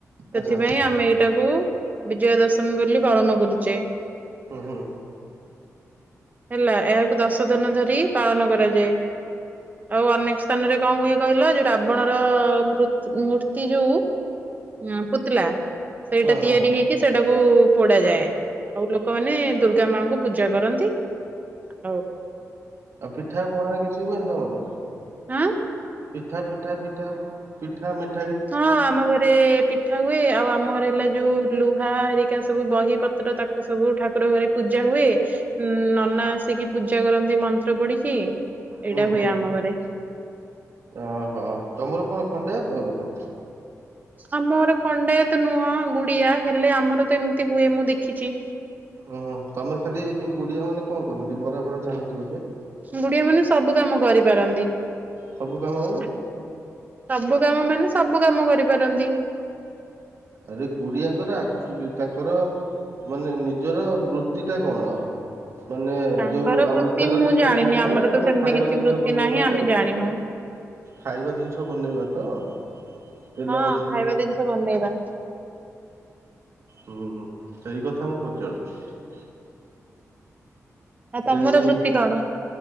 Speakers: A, on the right; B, on the right.
A: ସେଥିପାଇଁ
B: ଆଚ୍ଛା
A: ଆମେ ଏଇଟାକୁ ବିଜୟା ଦଶମୀ ବୋଲି ପାଳନ କରୁଛେ।
B: ହୁଁ ହୁଁ
A: ହେଲା ଏହାକୁ ଦଶ ଦିନ ଧରି। ପାଳନ କରାଯାଏ। ଆଉ ଅନେକ ସ୍ଥାନରେ କଣ ହୁଏ କହିଲ ଯୋଉ ରାବଣର ମୂର୍ତ୍ ମୂର୍ତ୍ତି ଯୋଉ। ହଁ ପୁତଲା ସେଇଟା
B: ହଁ
A: ତିଆରି
B: ହଁ
A: ହେଇକି ସେଟା। ସେଟାକୁ ପୋଡା ଯାଏ ଆଉ ଲୋକ ମାନେ ଦୁର୍ଗା ମାଙ୍କୁ ପୂଜା କରନ୍ତି। ହଉ
B: ଆଉ ପିଠା ପଣା କିଛି ହୁଏନି ତମର?
A: ହଁ
B: ପିଠା ପିଠା ପିଠା ପିଠା ମିଠ୍
A: ହଁ ଆମ ଘରେ ପି ଠା ହୁଏ ଆଉ ଆମ ଘର ହେଲା ଯୋଉ ଲୁହା ହରିକା ସବୁ ବହି ପତ୍ର ତାକୁ ସବୁ ଠାକୁର ଘରେ ପୂଜା ହୁଏ ଉଁ ନନା ଆସିକି ପୂଜା କରନ୍ତି ମନ୍ତ୍ର ପଢିକି। ଏଇଟା
B: ହୁଁ ହୁଁ।
A: ହୁଏ ଆମ ଘରେ
B: ଓହୋ ତମର କଣ ଖଣ୍ଡାୟତ ଲୋକ?
A: ଆମର ଖଣ୍ଡାୟତ ନୁହଁ ଗୁଡିଆ ହେଲେ ଆମର ତ ଏମିତି ହୁଏ ମୁଁ ଦେଖିଛି।
B: ଓହୋ ତମେ ଖାଲି ଏଇ ଯୋଉ ଗୁଡିଆ ମାନେ କଣ କରନ୍ତି ବରା ବରା ଛାଣନ୍ତି ବୋଧେ।
A: ଗୁଡିଆ ମାନେ ସବୁ କାମ କରିପାରନ୍ତି।
B: ସବୁ କାମ
A: ସବୁ
B: ମାନେ
A: କାମ ମାନେ ସବୁ କାମ କରିପାରନ୍ତି।
B: ଆରେ ଗୁଡିଆଙ୍କର ଆକ୍ଟୁଲି ତାଙ୍କର ମାନେ ନିଜର ବୃତ୍ତି ଟା କଣ? ମାନେ
A: ତାଙ୍କର
B: ଯୋଉ ଆମର
A: ବୃତ୍ତି
B: ତେଲ
A: ମୁଁ
B: ଜିନିଷ
A: ଜାଣିନି
B: ଛାଣିବା
A: ଆମର
B: କିମ୍ବା
A: ତ ସେମିତି
B: ଖାଇବା
A: କିଛି
B: ଜିନିଷ
A: ବୃତ୍ତି
B: ବନେଇବା
A: ନାହିଁ ଆମେ
B: ତ?
A: ଜାଣିନୁ
B: ଖାଇବା ଜିନିଷ ବନେଇବା ତ? ତେଲ
A: ହଁ
B: ଭାଜି
A: ଖାଇବା ଜିନିଷ ବନେଇବା।
B: ହୁଁ ସେଇ କଥା ମୁଁ ପଚାରୁଛି।
A: ଆଉ ତମର
B: ଯେମିତି
A: ବୃତ୍ତି କଣ?